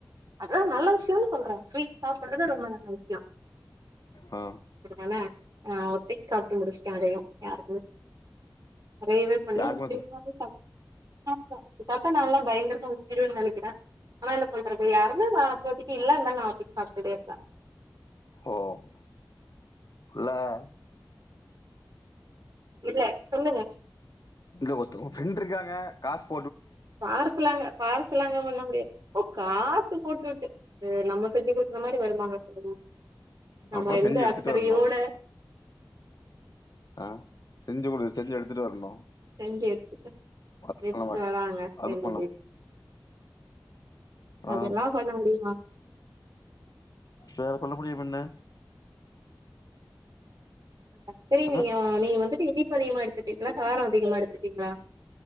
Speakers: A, on the right; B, on the left.
A: அதான் நல்ல விஷயனு சொல்றேன் ஸ்வீட் சாப்படுறது ரொம்ப நல்ல விஷயம்
B: ஆ
A: அான ஆ ஒத்தைக்கு சாப்ட்டு முடிச்சுட்டேன் அதையும் யாருக்கு நிறையவே பண்ணி
B: யாருக்குமே
A: <unintelligible>
B: தெ
A: சாப் <unintelligible> சத்தா நான் எல்லாம் பயங்கரமா <unintelligible> ஆனா என்ன பண்றது யாருமேஅப்பத்தக்கு இல்லா நான் சாப்டுடேருப்ப
B: ஓ <unintelligible>
A: இல்ல சொல்லுங்க
B: இல்ல ஒருத்த உங்க ஃப்ரெண்ட் இருக்காங்க காஸ்ட்
A: பார்சலாங்க பார்சலாங்க பண்ண முடியா ஓ காசு போட்டுவிட்டு நம்ம செஞ்ச கொ அந்த மாரி வருமாங்க சொல்லுங்க நம்ம
B: அப்போ
A: இருந்து
B: செஞ்சு எடுத்துட்டு
A: அக்கறையோட
B: வரணு ஆ செஞ்சு கொடு செஞ்சு எடுத்துட்டு வரணும்
A: செஞ்சு எடுத்துட்டு
B: அது
A: எடுத்துட்டு
B: பண்ண மாட்
A: வராங்க செஞ்சி
B: அது பண்ண மாட்டேன். ஆ
A: அதெல்லாம் பண்ண முடியுமா
B: வேற பன்ன முடியு <unintelligible>
A: சரி
B: ஆ
A: நீங்க நீங்க வந்துட்டு இ இனிப்பு அதிகமா எடுத்துட்டீங்ளா காரம் அதிகமா எடுத்துட்டீங்ளா